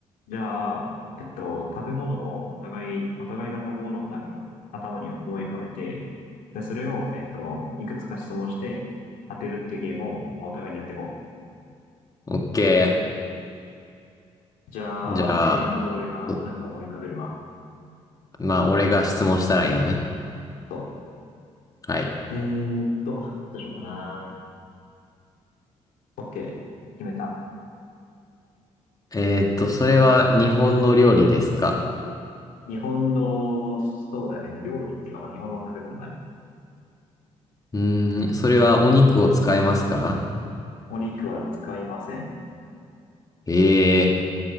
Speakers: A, on the left (about 80°); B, on the left (about 25°).
A: じゃあ、えっと、食べ物をお互い、お互いが食べ物をなんか頭に思い浮かべて、で、それを、えっと、いくつか質問して当てるっていうゲームをお互いにやっていこ
B: オッケ
A: う。じゃあ、
B: ー。じゃあ、
A: えー、まず俺がなんか思い浮かべるわ。
B: どまあ、俺が質問したらいいのね。
A: そ
B: はい。
A: うえーっと、どうしようかな。OK。決めた。
B: えーっと、それは日本の料理ですか
A: 日本の、そうだね。料理っていうか、まあ、日本の食べ物だね。
B: うーん、それはお肉を使いますか
A: お肉は使いません。
B: ええ